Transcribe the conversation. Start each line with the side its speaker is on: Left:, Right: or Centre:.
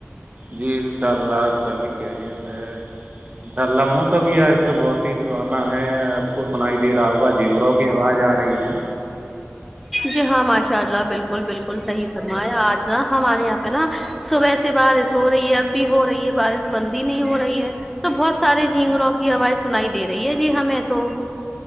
Right: جی انشاء اللہ سبھی خیریت ہے <unintelligible> دھرلا موسم آج تو بہت ہی سہانا ہے آپ کو سنائی دے رہا ہوگا جم رو آواز آ رہی ہے
Centre: جی ہاں ماشاء اللہ بالکل بالکل صحیح فرمایا آج نا ہمارے یہاں پہ نا صبح سے بار ہو رہی ہے اب بھی ہو رہی ہے بارش بند ہی نہیں ہو رہی ہے تو بہت سارے جھینگگروروں کی آواز سنائی دے رہی ہے جی ہمیں تو